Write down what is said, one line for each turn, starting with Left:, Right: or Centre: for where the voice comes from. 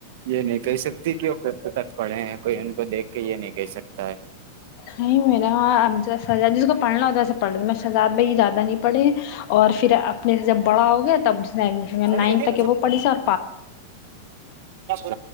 Right: یہ نہیں کہہ سکتی کہوں س تک پڑھے ہیں کوئی ان کو دیکھ کے یہ نہیں کہہ سکتا ہے
Left: نہیں میرے وہاں ا سجاد جس کو پڑھنا ہوتا ہے ایسے پڑھ ل میں شزاد بھائی زیادہ نہیں پڑھے اور پھر اپنے سے جب بڑا ہوگیا تب اس ایڈمیشن
Right: ارے
Left: نائن
Right: یہ
Left: تک وہ پڑھی سے اور
Right: <unintelligible>